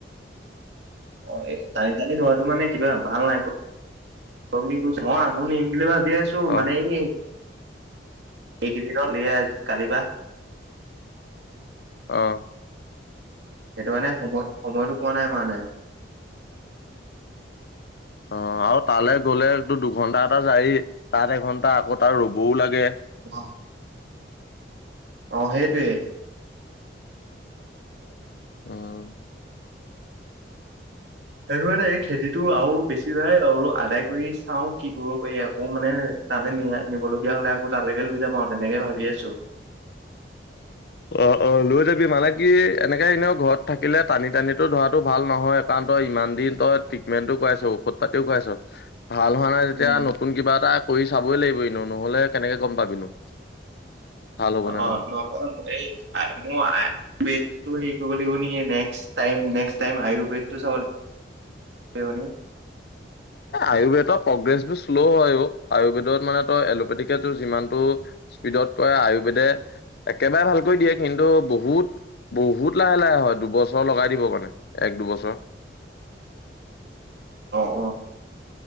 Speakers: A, on the right (about 75°); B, on the left (about 55°).
A: অঁ' এই টানি টানি ধৰাটো মানে কিবা ভাল নাই পোৱা। বুলি কৈছো, মই আকৌ নিম বুলি ভাবিয়ে আছোঁ। ছো
B: অ'।
A: মানে এই এইকেইদনৰ কালিপা।
B: অঁ'
A: সেইটো কাৰনে সময় সময়টো পোৱা নাই মানে।
B: অ আৰু তালৈ গ'লে টো দুঘন্টা এটা যায় এই তাত এঘন্টা আকৌ তাত ৰবও লাগে।
A: অহ। অ সেইটোয়েই।
B: অহ।
A: সেইটো কানে এই খেতিটো আৰু বেছি ভাই অল আদায় কৰি চাও কি কৰিব পাৰি আকৌ মানে তালৈ নিয়া নিবলগীয়া হলে আকৌ তালৈকে লৈ যাম আৰু তেনেকে ভাবি আছোঁ।
B: অ অ লৈ যাবি মানে কি এনেকে এনেও ঘৰত থাকিলে টানি টানি টো ধৰা ভাল নহয়। তই ইমান দিন তই ট্ৰিটমেণ্টটো কৰাইছ ঔষধ পাতিও খুৱাইছ ভাল হোৱা নাই যেতিয়া
A: উম।
B: নতুন কিবা এটা কৰি চাবই লাগিব এনিও নহলে কেনেকে গম পাবিনো।। ভাল হ'ব নে
A: অ নহয় মই এই মই পেটটো সেই কৰিব লাগিব নেকি নেক্স টাইম নেক্সট টাইম আয়ুৰ্বেটো চাব লাগিব। <unintelligible>
B: আয়ুৰ্বেদৰ প্ৰগ্ৰেছ বোৰ শ্ল' হয়ও আয়ুৰ্বেদত মানে তই এলোপেথিকোৰ যিমানটো স্পীডত কৈ আয়ুৰ্বেদে একেবাৰে ভালকৈ দিয়ে কিন্তু বহুত বহুত লাহে লাহে হয় দুবছৰ লগাই দিব মানে এক দুবছৰ
A: অ অ